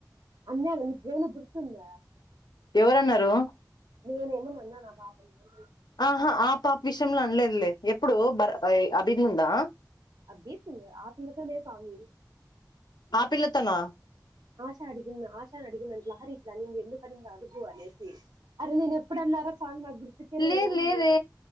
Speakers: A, on the right (about 70°); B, on the left (about 70°).
A: అన్యాప్పు ఎవల పుడుచంద
B: ఎవరన్నారు
A: నేనేమోనన్నా నా బాబాని అ
B: ఆహా ఆ పాప విషయంలో అనలేదులే ఎప్పుడు బ అభినందా
A: అబ్బీ సింగ్ ఆత్మతనే స్వామిీ
B: ఆపిల్ల తోనా
A: ఆశా అడిగింద ఆశాని అడిగింద అంతలహరిట్లా ని ఎందుకడింద అడుగు అనేసి అరే నేను ఎప్పుడన్నారా స్వామి గుర్తుకే
B: లేదు
A: అని
B: లేదే
A: నేను